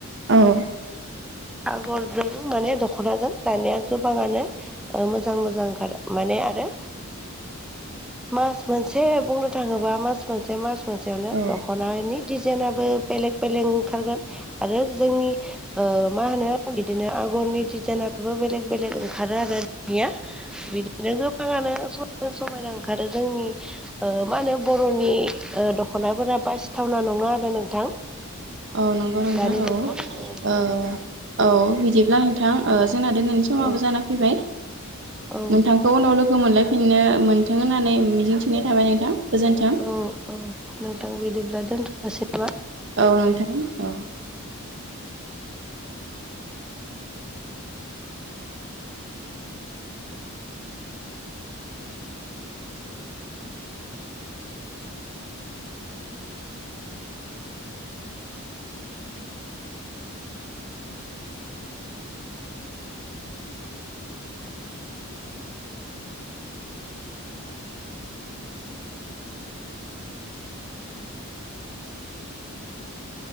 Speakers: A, on the right; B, in the centre.
A: औ
B: आगरजों माने दख दखनाजों दानाया गोबाङानो मोजां मोजां ओंखारो माने आरो मास मोनसे बुंनो थाङोबा मास मोनसे मास मोनसेयावनो
A: औ
B: दखनानि डिजाइनाबो बेलेग बेलेग ओंखारगोन आरो जोंनि ओ मा होनो बिदिनो आगरनि दि जोंनाबो बेलेग बेलेग ओंखारो आरो दानिया बिदिनो गोबाङानो समायना समायना ओंखारो जोंनि ओ मा होनो बर'नि दखनाफोरा बासिथावना नङा आरो नोंथां
A: अ नंगौ नोंथां
B: दानि
A: औ
B: जुगाव औ
A: ओ औ बिदिब्ला आं नोंथां जोंना दिनैनि समाबो
B: औ
A: जाना फैबाय
B: औ
A: नोंथांखौ उनाव लोगो मोनलाय फिननो मोनथों होननानै मिजिंथिनाय थाबाय नोंथां गोजोन्थों
B: औ औ नोंथां बिदिब्ला दोनथनोसै नामा
A: औ नोंथां औ
B: <inaudible>
A: <inaudible> <inaudible>